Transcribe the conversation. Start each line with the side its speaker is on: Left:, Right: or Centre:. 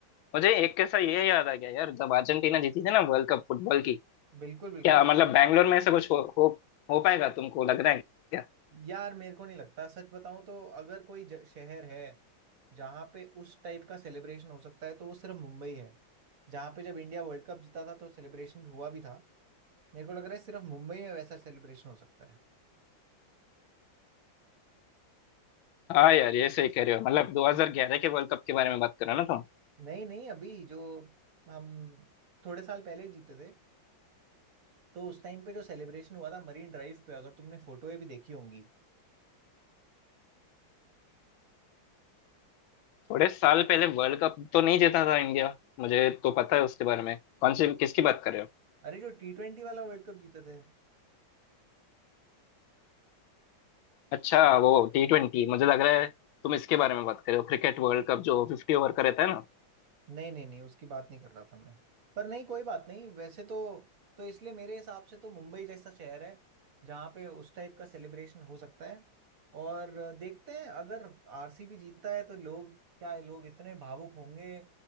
Left: मुझे एक कैसा ये याद आ गया यार जब अर्जेंटीना जीती थी ना वर्ल्ड कप फुटबॉल की
Right: बिल्कुल बिल्कुल
Left: क्या मतलब बैंगलोर में ऐसा कुछ हो, हो, हो पाएगा तुमको लग रहा है क्या
Right: यार मेरे को नहीं लगता सच बताऊं तो अगर कोई ज- शहर है जहाँ पे उस टाइप का सेलिब्रेशन हो सकता है तो वो सिर्फ मुंबई है जहाँ पे जब इंडिया वर्ल्ड कप जीता था तो सेलिब्रेशन भी हुआ भी था मेरे को लग रहा है सिर्फ मुंबई में वैसा सेलिब्रेशन हो सकता है
Left: हाँ यार ये सही कह रहे हो मतलब 2011 के वर्ल्ड कप के बारे में बात कर रहे हो ना तुम
Right: नहीं नहीं अभी जो हम थोड़े साल पहले जीते थे तो उस टाइम पे जो सेलिब्रेशन हुआ था मरीन ड्राइव पे अगर तुमने फोटोएं भी देखी होंगी
Left: थोड़े साल पहले वर्ल्ड कप तो नहीं जीता था इंडिया मुझे तो पता है उसके बारे में कौन सी किसकी बात कर रहे हो
Right: अरे जो टी ट्वेंटी वाला वर्ल्ड कप जीते थे
Left: अच्छा वो टी ट्वेंटी मुझे लग रहा है तुम इसके बारे में बात कर रहे हो क्रिकेट वर्ल्ड कप जो फिफ्टी ओवर का रहता है ना
Right: नहीं नहीं नहीं उसकी बात नहीं कर रहा था मैं पर नहीं कोई बात नहीं वैसे तो तो इसलिए मेरे हिसाब से तो मुंबई जैसा शहर है जहाँ पे उस टाइप का सेलिब्रेशन हो सकता है और देखते हैं अगर आरसीबी जीतता है तो लोग क्या है लोग इतने भावुक होंगे